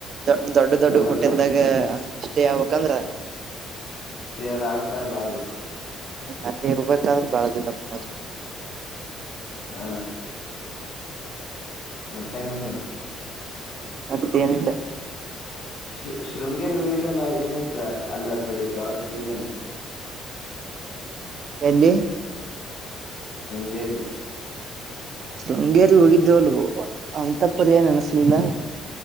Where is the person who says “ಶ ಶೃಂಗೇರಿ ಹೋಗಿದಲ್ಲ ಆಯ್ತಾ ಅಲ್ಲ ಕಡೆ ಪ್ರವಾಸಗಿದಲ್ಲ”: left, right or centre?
Left